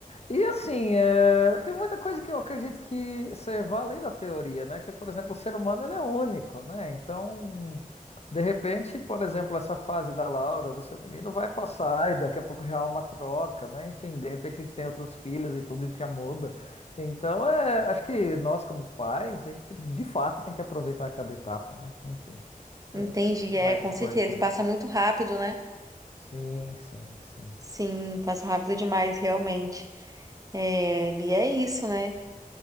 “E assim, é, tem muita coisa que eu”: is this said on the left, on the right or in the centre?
Left